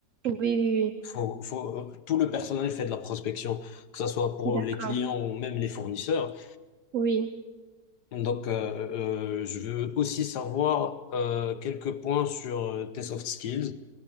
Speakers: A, on the right; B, on the left.
A: Oui, oui,
B: Faut, faut, euh, tout le personnel fait de la prospection, que ce soit pour
A: oui. D'accord.
B: les clients ou même les fournisseurs.
A: Oui,
B: Donc, euh, euh, je veux aussi savoir euh, quelques points sur euh, tes soft skills.